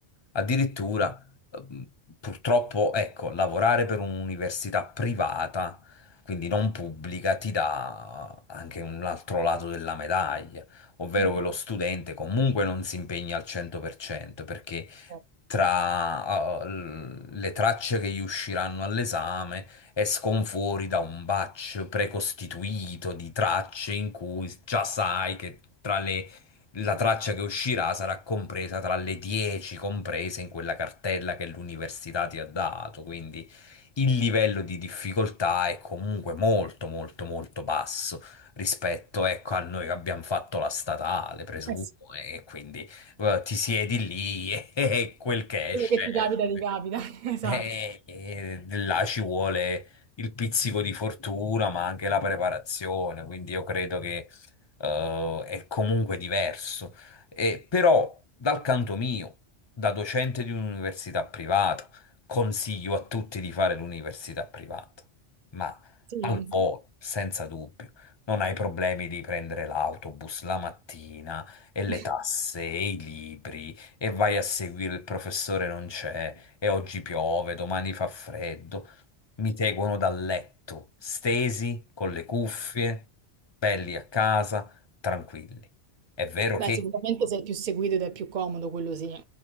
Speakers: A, on the left (about 30°); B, on the right (about 50°).
A: Addirittura, ehm, purtroppo, ecco, lavorare per un'università privata, quindi non pubblica, ti dà anche un altro lato della medaglia, ovvero
B: Mm.
A: che lo studente comunque non si impegna al 100%, perché
B: Mh,
A: tra eh, l- le tracce che gli usciranno all'esame escono fuori da un batch precostituito di tracce in cui già sai che tra le la
B: eh
A: traccia che uscirà sarà compresa tra le 10 comprese in quella cartella che l'università ti ha dato, quindi il livello di difficoltà è comunque molto molto molto basso rispetto, ecco, a noi che abbiamo fatto la statale, presumo,
B: Eh sì,
A: e quindi eh, ti siedi lì <laughs> e, quel che esce.
B: quello che ti
A: esce.
B: capita, ti capita, <laughs> esatto.
A: E, e là ci vuole il pizzico di fortuna, ma anche la preparazione, quindi io credo che eh, è comunque diverso. E, però, dal canto mio, da docente di un'università privata, consiglio a tutti di fare l'università privata, ma
B: Sì.
A: al volo, senza dubbio. Non hai problemi di prendere l'autobus la mattina e le
B: <laughs>
A: tasse e i libri e vai a seguire il professore non c'è, e oggi piove, domani fa freddo. Mi seguono dal letto, stesi, con le cuffie, belli a casa, tranquilli. È vero
B: Beh,
A: che
B: sicuramente sei più seguito ed è più comodo, quello sì.